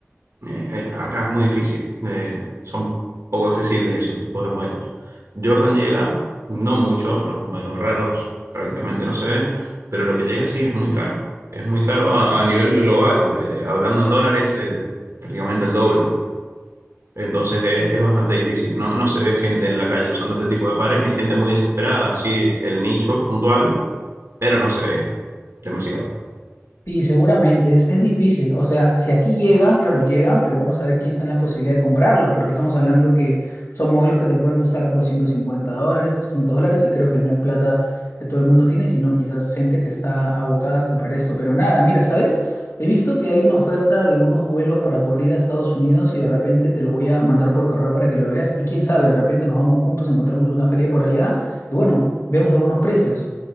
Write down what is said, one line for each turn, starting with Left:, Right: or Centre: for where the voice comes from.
Right: Eh, eh, acá es muy difícil, eh, son poco accesibles esos tipos de modelos. Jordan llega, no mucho, los modelos raros prácticamente no se ven, pero lo que llega sí es muy caro. Es muy caro a, a nivel global, eh, hablando en dólares, eh, prácticamente el doble. Entonces es, es bastante difícil. No, no se ve gente en la calle usando este tipo de pares, ni gente muy desesperada, así el nicho puntual, pero no se ve demasiado.
Left: Sí, seguramente, es, es difícil. O sea, si aquí llegan, claro, llegan, pero vamos a ver quién está en la posibilidad de comprarlos, porque estamos hablando que son modelos que te pueden costar 250 dólares, 300 dólares, y creo que no es plata que todo el mundo tiene, sino quizás gente que está abocada a comprar esto. Pero nada, mira, ¿sabes? He visto que hay una oferta de unos vuelos para poder ir a Estados Unidos y de repente te lo voy a mandar por correo para que lo veas y quién sabe, de repente nos vamos juntos, encontramos una feria por allá y bueno, vemos algunos precios.